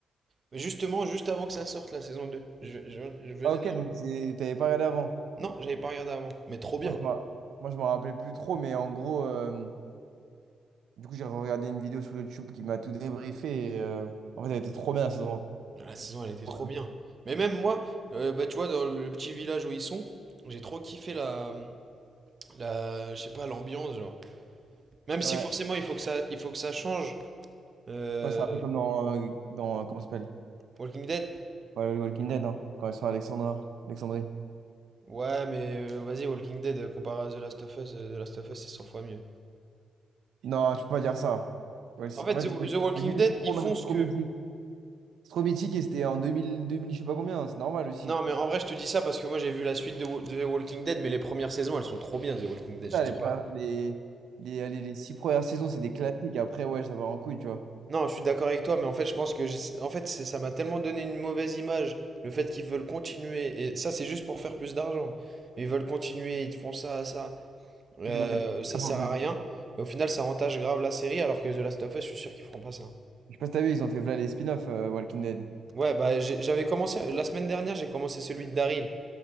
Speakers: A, on the right; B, on the right.
A: Mais Justement, juste avant que ça sorte, la saison deux je, je- je venais
B: Ah ok,
A: de la...
B: donc c'est- t'avais pas regardé avant.
A: Non, j'avais pas regardé avant, mais trop bien.
B: Moi, je m'en... Moi, je m'en rappelais plus trop, mais en gros... euh, Du coup, j'ai regardé une vidéo sur YouTube qui m'a tout débriefé. Et, euh, En fait, elle était trop bien, la saison 1.
A: La saison, elle était
B: Trop
A: trop
B: bien.
A: bien. Mais même moi, euh, bah, tu vois, dans le petit village où ils sont, j'ai trop kiffé la, la, je sais pas, l'ambiance, genre. Même
B: Ouais.
A: si forcément, il faut que ça, il faut que ça change. Euh,
B: Ouais, c'est un peu comme dans... euh, dans... euh, Comment ça s'appelle?
A: Walking Dead?
B: Ouais, le Walking Dead, hein, quand ils sont à Alexandra, Alexandrie.
A: Ouais, mais euh, vas-y, Walking Dead, euh, comparé à The Last of Us, euh, The Last of Us, c'est 100 fois mieux.
B: Non, je peux pas dire ça. Ouais, si.
A: En fait,
B: En fait,
A: The,
B: ouais,
A: The Walking
B: Walking
A: Dead,
B: Dead, c'est trop,
A: ils font
B: c'est
A: ce
B: trop
A: que...
B: mythique. C'est trop mythique et c'était en 2000, 2000, je sais pas combien, hein, c'est normal aussi.
A: Non, mais en vrai, je te dis ça parce que moi, j'ai vu la suite de, Wa- de The Walking Dead, mais les premières saisons, elles sont trop bien, The Walking
B: C'est
A: Dead, je
B: Ça,
A: dis
B: les, premières-
A: pas.
B: les, les, allez, les six premières saisons, c'est des classiques. Après, ouais, ça part en couille, tu vois.
A: Non, je suis d'accord avec toi, mais en fait, je pense que j'ai- en fait, c'est- ça m'a tellement donné une mauvaise image, le fait qu'ils veulent continuer, et ça, c'est juste pour faire plus d'argent. Mais ils veulent continuer, ils te font ça, ça, euh,
B: C'est qu'ils ont fait des spin-offs
A: ça sert
B: en plus.
A: à rien. Mais au final, ça entache grave la série, alors que The Last of Us, je suis sûr qu'ils feront pas ça.
B: Je sais pas si t'as vu, ils ont fait voilà les spin-offs euh, Walking Dead.
A: Ouais, bah, j'ai- j'avais commencé, la semaine dernière, j'ai commencé celui de Daryl.